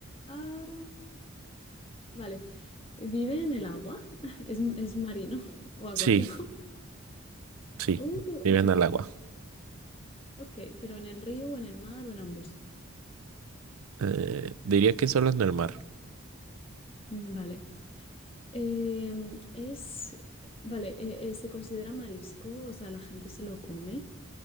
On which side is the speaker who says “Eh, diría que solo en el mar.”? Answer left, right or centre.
Right